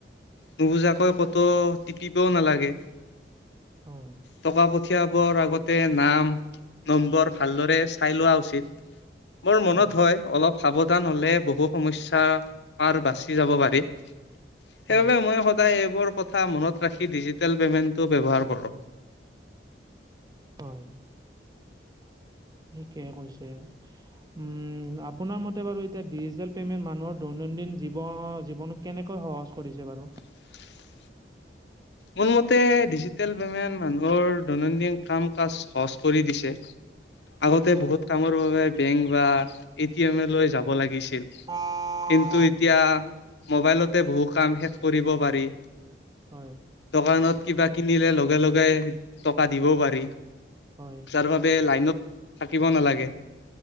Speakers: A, on the left; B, on the right.
A: নুবুজাকৈ কতো টিপিবও নালাগে
B: হয়,
A: টকা পঠিয়াবৰ আগতে নাম নম্বৰ ভালদৰে চাই লোৱা উচিত বৰ মনত
B: হয়,
A: হয় অলপ সাৱধান হলে বহু সমস্যাৰ পাৰ বাচি যাব পাৰি সেইবাবে
B: হয়,
A: মই সদায় কথা মনত ৰাখি ডিজিটেল পে'মেণ্টটো ব্যৱহাৰ কৰক
B: হয়। ঠিকে কৈছে, উম আপোনাৰ মতে বাৰু এতিয়া ডিজিটেল পেমেন্ট মানুহৰ দৈনন্দিন জীৱন জীৱন কেনেকৈ সহজ কৰিছে বাৰু
A: <unintelligible> মোৰ মতে ডিজিটেল পেমেন্ট মানুহৰ দৈনন্দিন কাম কাজ সহজ কৰি দিছে আগতে
B: হয়।
A: বহুত কামৰ বাবে বেংক বা এটিএম লৈ যাব লাগিছিল কিন্তু
B: হয়,
A: এতিয়া মোবাইলতে বহু কাম শেষ কৰিব পাৰি
B: হয়।
A: দানত কিবা কিনিলে লগে, লগে টকা দিবও পাৰি
B: হয়,
A: যাৰ বাবে লাইনত থাকিব নালাগে